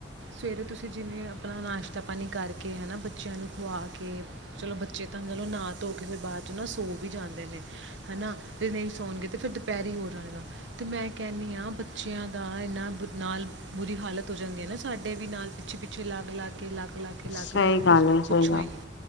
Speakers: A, on the right; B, on the left.
A: ਸਵੇਰੇ ਤੁਸੀਂ ਜਿਵੇਂ ਆਪਣਾ ਨਾਸ਼ਤਾ ਪਾਣੀ ਕਰਕੇ ਹੈ ਨਾ ਬੱਚਿਆਂ ਨੂੰ ਖੁਆ ਕੇ ਚਲੋ ਬੱਚੇ ਤਾਂ ਚਲੋ ਨਾ ਧੋ ਕੇ ਫਿਰ ਬਾਅਦ 'ਚ ਨਾ ਸੌ ਵੀ ਜਾਂਦੇ ਨੇ ਹਨਾ ਜੇ ਨਹੀਂ ਸੌਣਗੇ ਤਾਂ ਫਿਰ ਪੈਰੀ ਹੀ ਹੋ ਜਾਵੇਗਾ ਅਤੇ ਮੈਂ ਕਹਿੰਦੀ ਹਾਂ ਬੱਚਿਆਂ ਦਾ ਇੰਨਾਂ ਬੁ ਨਾਲ ਬੁਰੀ ਹਾਲਤ ਹੋ ਜਾਂਦੀ ਹੈ ਨਾ ਸਾਡੇ ਵੀ ਨਾਲ ਪਿੱਛੇ- ਪਿੱਛੇ ਲੱਗ ਲੱਗ ਕੇ ਅਲੱਗ ਲਾ ਕੇ ਲੱਗ
B: ਸਹੀ
A: ਲੱਗ ਕੇ
B: ਗੱਲ
A: ਬਸ
B: ਹੈ
A: ਪੁੱਛੋ
B: ਸਹੀ ਗੱਲ
A: ਹੀ ਨੀ